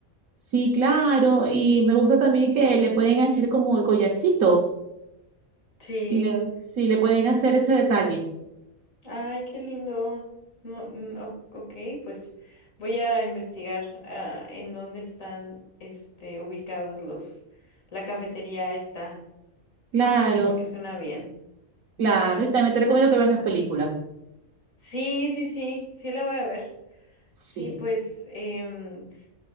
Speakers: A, on the right; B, on the left.
A: sí, claro. Y me gusta también que le pueden hacer como el collarcito.
B: Sí.
A: Le- sí, le pueden hacer ese detalle.
B: Ay, qué lindo. No, mm, o- ok, pues voy a investigar ah, en dónde están este, ubicados los, la cafetería esta,
A: Claro,
B: porque suena bien.
A: claro. Y también te recomiendo que veas las películas.
B: Sí, sí, sí, sí la voy a ver.
A: Sí,
B: Sí, pues em,